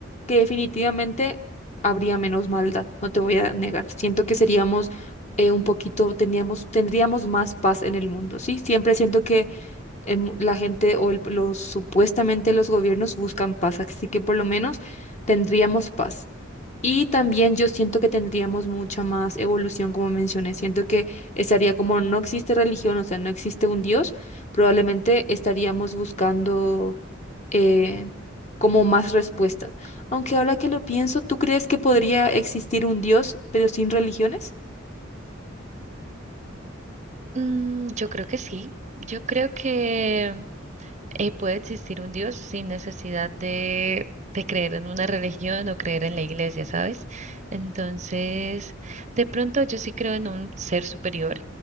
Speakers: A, on the left; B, on the right.
A: que definitivamente habría menos maldad, no te voy a negar. Siento que seríamos eh, un poquito, teníamos, tendríamos más paz en el mundo, ¿sí? Siempre siento que em, la gente o el- los supuestamente los gobiernos buscan paz, así que por lo menos tendríamos paz. Y también yo siento que tendríamos mucha más evolución, como mencioné. Siento que estaría como no existe religión, o sea, no existe un Dios, probablemente estaríamos buscando eh, como más respuestas. Aunque ahora que lo pienso, ¿tú crees que podría existir un Dios, pero sin religiones?
B: Mm, yo creo que sí, yo creo que eh, puede existir un Dios sin necesidad de, de creer en una religión o creer en la iglesia, ¿sabes? Entonces, de pronto yo sí creo en un ser superior,